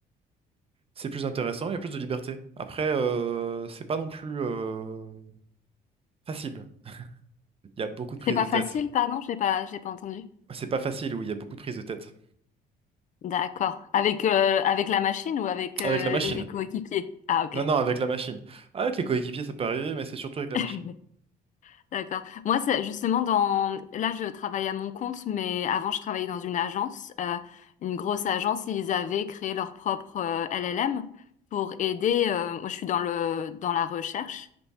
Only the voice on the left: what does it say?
C'est pas
facile, pardon, j'ai pas, j'ai pas entendu.
D'accord. Avec, euh, avec la machine ou avec, euh,
les coéquipiers? Ah, ok.
<laughs>
D'accord. Moi, c'est justement dans... Là, je travaille à mon compte, mais avant, je travaillais dans une agence, euh, une grosse agence. Ils avaient créé leur propre euh, LLM pour aider. euh, Moi, je suis dans le dans la recherche.